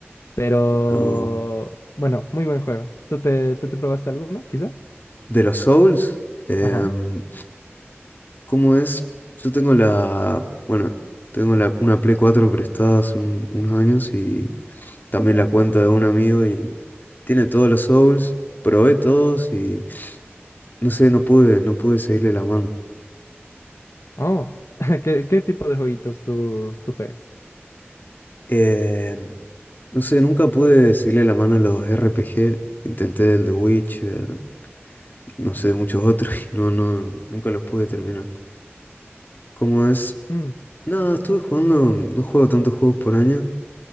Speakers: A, on the left; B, on the left.
A: Pero
B: No.
A: bueno, muy buen juego. ¿Tú te, tú te probaste alguno, quizá?
B: De los Souls. Em,
A: Ajá.
B: ¿cómo es? Yo tengo la, bueno, tengo la, una Play 4 prestada hace un- unos años y también la cuenta de un amigo y tiene todos los Souls, probé todos y no sé, no pude, no pude seguirle la mano.
A: Oh, <laughs> ¿qué, qué tipo de jueguitos tú, tú juegas?
B: Eh, no sé, nunca pude seguirle la mano a los RPG, intenté el The Witcher, no sé, muchos otros <laughs> y no, no, nunca los pude terminar. ¿Cómo es?
A: Mm,
B: Nada, estuve jugando, no juego tantos juegos por año.